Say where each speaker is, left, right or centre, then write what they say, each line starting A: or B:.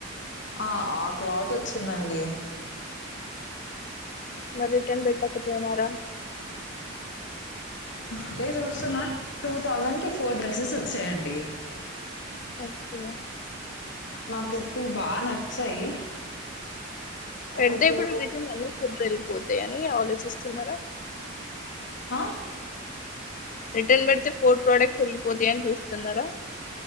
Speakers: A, on the left (about 65°); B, on the left (about 40°).
A: ఆ ఆ క్లాత్ వచ్చిందండి
B: మరి రిటర్న్ పెట్టకపోయినావ్ రా
A: అదే చూస్తున్నా టూ థౌజండ్ కి ఫోర్ డ్రెస్సెస్ వచ్చాయండి
B: ఓకే
A: కుప్పుటు బాగా నచ్చాయి
B: పెడుతే
A: ఒక టూ
B: ఇప్పుడు రీతన్ సూడ పోతే అని అర్ చూస్తున్నారా
A: ఆ
B: రిటర్న్ పెడితే ఫోర్ ప్రోడక్ట్స్ వెళ్లిపోతాయని చూస్తున ఉన్నారా